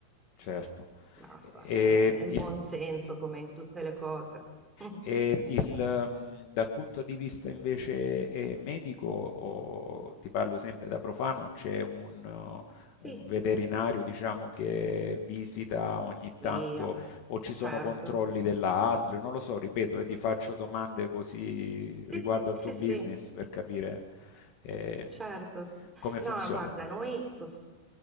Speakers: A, on the left (about 35°); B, in the centre.
A: certo.
B: basta,
A: E
B: è il
A: il
B: buon senso come in tutte le cose. <laughs>
A: E il, mhmm, dal punto di vista invece, ehm, medico, o ti parlo sempre da profano, c'è un eh,
B: Sì,
A: un veterinario, diciamo, che visita ogni tanto
B: sì, ah,
A: o ci
B: certo.
A: sono controlli della ASL? Non lo so, ripeto, eh, ti faccio domande così
B: Sì,
A: riguardo al
B: sì,
A: tuo business
B: sì,
A: per capire, ehm,
B: certo.
A: come
B: No,
A: funziona.
B: guarda, noi sos-